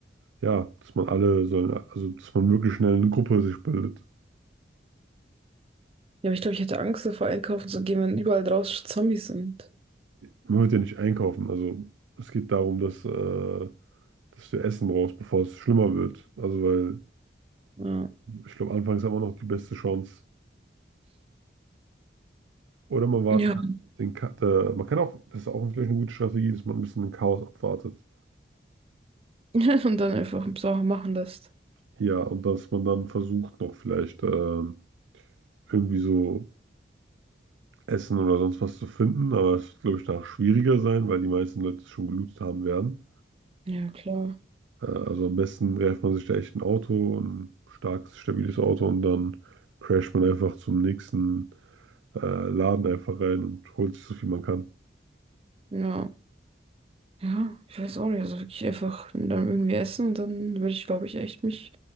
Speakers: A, on the right; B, on the right.
A: ja, dass man alle sollen, also dass man wirklich schnell eine Gruppe sich bildet.
B: Ja, aber ich glaube, ich hätte Angst davor, einkaufen zu gehen, wenn überall draußen Zombies sind.
A: Man wird ja nicht einkaufen, also es geht darum, dass, äh, dass du Essen brauchst, bevor es schlimmer wird. Also, weil
B: Ja.
A: ich glaube, anfangs haben wir noch die beste Chance. Oder man wartet
B: Ja.
A: den Ka äh, man kann auch, das ist auch vielleicht eine gute Strategie, dass man ein bisschen den Chaos abwartet.
B: <laughs> Und dann einfach Sachen machen lässt.
A: Ja, und dass man dann versucht, noch vielleicht ähm, irgendwie so Essen oder sonst was zu finden. Aber es wird, glaube ich, danach schwieriger sein, weil die meisten Leute es schon gelootet haben werden.
B: Ja, klar.
A: Äh, also am besten greift man sich da echt ein Auto, ein starkes, stabiles Auto und dann crasht man einfach zum nächsten äh, Laden einfach rein und holt sich so viel man kann.
B: Ja. Ja, ich weiß auch nicht. Also wirklich einfach dann irgendwie essen und dann würde ich, glaube ich, echt mich